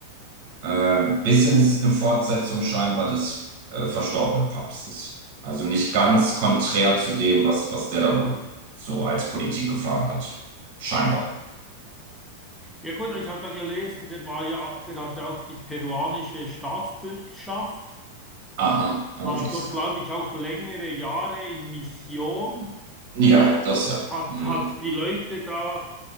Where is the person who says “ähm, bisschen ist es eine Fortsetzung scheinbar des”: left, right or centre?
Right